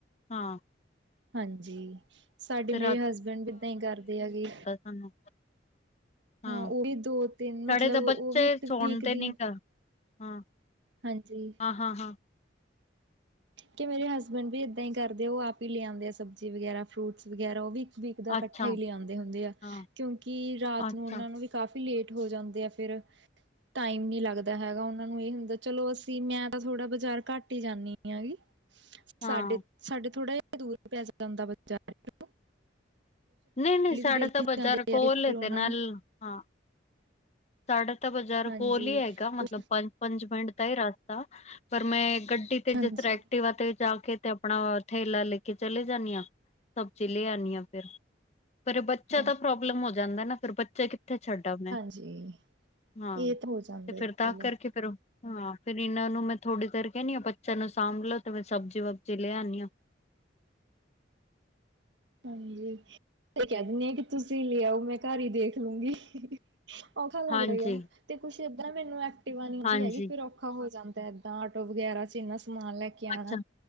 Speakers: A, on the left; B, on the right.
A: ਹਾਂ।
B: ਹਾਂਜੀ, ਸਾਡੇ
A: ਤੇ
B: ਮੇਰੇ ਹਸਬੈਂਡ ਇਦਾਂ ਈ ਕਰਦੇ ਆਗੇ।
A: ਹਮ। ਹਾਂ,
B: ਉਹ ਵੀ ਦੋ ਤਿੰਨ ਮਤਲਬ
A: ਸਾਡੇ ਤਾਂ
B: ਉਹ
A: ਬੱਚੇ
B: ਵੀ ਇੱਕ
A: ਸੌਣਦੇ
B: ਵੀਕ ਦੀ
A: ਨੀ ਗਾ। ਹਾਂ,
B: ਹਾਂਜੀ
A: ਹਾਂ-ਹਾਂ-ਹਾਂ।
B: ਕਿ ਮੇਰੇ ਹਸਬੈਂਡ ਵੀ ਏਦਾਂ ਈ ਕਰਦੇ ਆ, ਓ ਆਪ ਈ ਲਿਆ ਆਂਦੇ ਆ ਸਬਜ਼ੀ ਵਗ਼ੈਰਾ, ਫਰੂਟਸ ਵਗੈਰਾ ਓ ਵੀ ਵੀਕ ਦਾ
A: ਅੱਛਾ
B: ਕੱਠਾ ਈ ਲਿਆਉਂਦੇ ਹੁੰਦੇ ਆ
A: ਹਾਂ
B: ਕਿਉਂਕਿ ਰਾਤ
A: ਅੱਛਾ
B: ਨੂੰ ਉਨਾਂ ਨੂੰ ਵੀ ਕਾਫੀ ਲੇਟ ਹੋ ਜਾਂਦੇ ਆ ਫਿਰ ਟਾਈਮ ਨੀ ਲੱਗਦਾ ਹੈਗਾ, ਉਨਾਂ ਨੂੰ ਇਹ ਹੁੰਦਾ ਚਲੋਂ ਅਸੀਂ ਮੈਂ ਤਾਂ ਥੋੜਾ ਬਾਜ਼ਾਰ ਘੱਟ ਈ ਜਾਂਨੀ ਗੀ,
A: ਹਾਂ
B: ਸਾਡੇ, ਸਾਡੇ ਥੋੜਾ ਜਾ ਦੂਰ ਪੈ ਜਾਂਦਾ ਬਾਜਾਰ।
A: ਨਈ-ਨਈ ਸਾਡਾ
B: ਡੇਲੀ
A: ਤਾਂ ਬਜ਼ਾਰ
B: ਜਾਂਦੇ
A: ਕੋਲ
B: ਆ ਫਿਰ
A: ਏ 'ਤੇ
B: ਉਹਨਾਂ
A: ਨਾਲ
B: ਨੂੰ
A: ਹਾਂ। ਸਾਡੇ ਤਾਂ ਬਾਜ਼ਾਰ
B: ਹਾਂਜੀ
A: ਕੋਲ ਈ ਹੈਗਾ ਮਤਲਬ
B: ਕੁਛ
A: ਪੰ ਪੰਜ ਮਿੰਟ ਦਾ ਹੀ ਰਾਸਤਾ ਪਰ ਮੈਂ ਗੱਡੀ ਤੇ
B: ਹਾਂਜੀ
A: ਜਿਸ ਤਰ ਐਕਟਿਵਾ ਤੇ ਜਾ ਕੇ ਤੇ ਆ ਆਪਣਾ ਥੈਲਾ ਲੈ ਕੇ ਚਲੇ ਜਾਂਣੀ ਆਂ ਸਬਜੀ ਲੈ ਆਣੀ ਆਂ ਫਿਰ ਪਰ ਬੱਚਾ
B: ਹਾਂਜੀ
A: ਤਾਂ ਪ੍ਰੋਬਲਮ ਹੋ ਜਾਂਦਾ ਨਾ ਫਿਰ ਬੱਚੇ ਕਿੱਥੇ ਛੱਡਾ ਮੈਂ
B: ਜੀ
A: ਹਾਂ
B: ਇਹ ਤੇ ਹੋ ਜਾਂਦਾ ਹੈ
A: ਫਿਰ ਤਾਂ
B: ਚਲੋ।
A: ਕਰਕੇ ਫਿਰ ਹਾਂ ਫਿਰ ਇਹਨਾਂ ਨੂੰ ਮੈਂ ਥੋੜ੍ਹੀ ਦੇਰ ਕਹਿਨੀ ਆਂ ਬੱਚਿਆਂ ਨੂੰ ਸਾਂਭ ਲੋ ਤੇ ਮੈਂ ਸਬਜ਼ੀ ਵਬਜੀ ਲੈ ਆਣੀ ਆਂ।
B: ਹਾਂਜੀ ਤੇ ਕਹਿ ਦਿੰਨੀ ਆ ਕਿ ਤੁਸੀਂ ਲੈ ਆਓ ਮੈਂ ਘਰ ਹੀ ਦੇਖ ਲੂੰਗੀ। ਔਖਾ ਲੱਗਦਾ
A: ਹਾਂਜੀ
B: ਗਾ ਤੇ ਕੁੱਛ ਏਦਾਂ ਮੈਨੂੰ ਐਕਟਿਵਾ ਨੀ ਆਉਂਦੀ
A: ਹਾਂਜੀ
B: ਹੈਗੀ ਫਿਰ ਔਖਾ ਹੋ ਜਾਂਦਾ। ਤਾਂ ਆਟੋ ਵਗੈਰਾ 'ਚ ਇੰਨਾ ਸਮਾਨ ਲੈ ਕੇ ਆਣਾ
A: ਅੱਛਾ